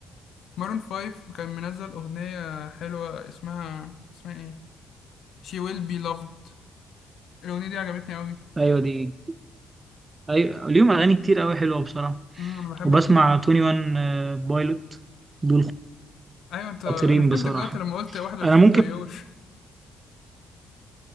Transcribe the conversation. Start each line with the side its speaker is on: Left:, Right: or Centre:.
Left: مارون فايف كان منزل أغنية حلوة اسمها اسمها ايه She will be loved الأغنية دي عجبتني أوي
Right: ايوه دي ايوه ليهم اغاني كتير قوي حلوه بصراحه
Left: أمم، أنا بحب
Right: وبسمع
Left: أسمع الأغنية
Right: 21
Left: دي.
Right: بايلوت دول
Left: ايوه انت انا
Right: خطيرين
Left: فهمتك
Right: بصراحه
Left: دلوقتي لما قلت 21
Right: انا ممكن
Left: طيار